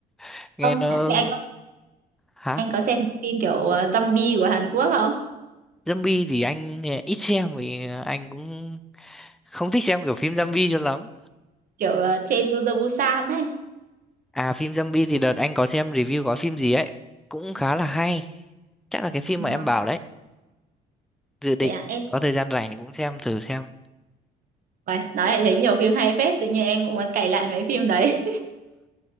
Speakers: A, in the centre; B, on the right.
A: <laughs> nghe
B: ờ
A: nó
B: thế anh
A: hả
B: Anh có xem cái phim kiểu ờ, zombie của Hàn Quốc không?
A: zombie thì anh ít xem vì anh cũng không thích xem kiểu phim zombie cho lắm
B: Kiểu ờ, trên to the Busan ấy.
A: à phim zombie thì đợt anh có xem review có phim gì ấy cũng khá là hay chắc là cái phim
B: À,
A: mà em bảo đấy dự định
B: thế à, em
A: có thời gian rảnh thì cũng xem thử xem
B: Uầy, nói lại thấy nhiều phim hay phết, tự nhiên em cũng muốn cày lại mấy phim đấy.